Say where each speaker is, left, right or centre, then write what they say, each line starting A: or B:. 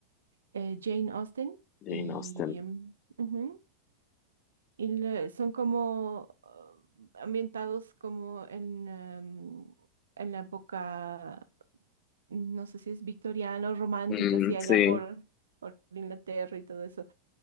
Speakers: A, on the right; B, on the left.
A: eh, Jane Austen
B: Jane
A: y,
B: Austen.
A: em, ujú, y le- son como uh, ambientados como en, em, en la época, no sé si es victoriana o romántica,
B: Mm,
A: así allá
B: sí.
A: por, por Inglaterra y todo eso.